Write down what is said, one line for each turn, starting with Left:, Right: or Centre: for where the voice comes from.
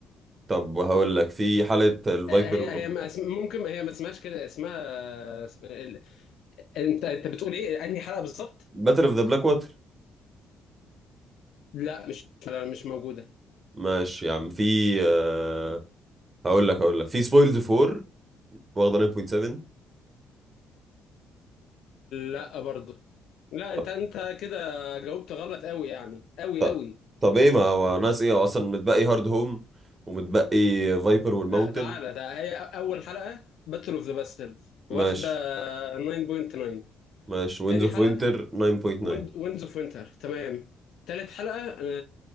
Right: طب هقول لك في حالة الفايبر
Left: آه، هي هي ما اسم- ممكن هي ما اسمهاش كده اسمها اسم- ال- انت انت بتقول ايه انهي حلقه بالظبط
Right: باتل اوف ذا بلاك واتر
Left: لا مش لا مش موجوده
Right: ماشي يا عم في آه، هقول لك هقول لك في سبويلز 4 واخدة 9.7
Left: لا برضه لا
Right: طب
Left: انت انت كده جاوبت غلط قوي يعني قوي
Right: طب
Left: قوي
Right: طب ايه ما هو ناقص ايه هو اصلا متبقي هارد هوم ومتبقي فايبر والماونتن
Left: لا تعالى ده هي اول حلقه باتل اوف ذا باسترز واخده
Right: ماشي
Left: 9.9
Right: ماشي وينز
Left: تاني
Right: اوف
Left: حلقه
Right: وينتر 9.9
Left: ويندز اوف وينتر تمام تالت حلقه